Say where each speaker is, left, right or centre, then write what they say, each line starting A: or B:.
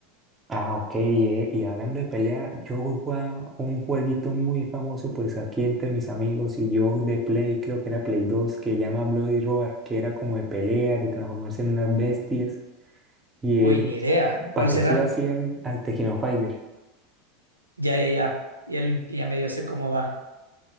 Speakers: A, on the right (about 20°); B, on the right (about 90°).
A: Ah, ok. Y, eh, y hablando de pelea, yo jugaba un jueguito muy famoso, pues aquí entre mis amigos y yo de Play, creo que era Play 2, que llama Bloody Roar, que era como de pelea, de transformarse en unas bestias, y
B: Uy,
A: eh,
B: ni idea. ¿Cuál
A: parecido
B: será?
A: así al, al Tekken Fighter,
B: Ya, ya, ya. Ya, el- ya medio sé cómo va.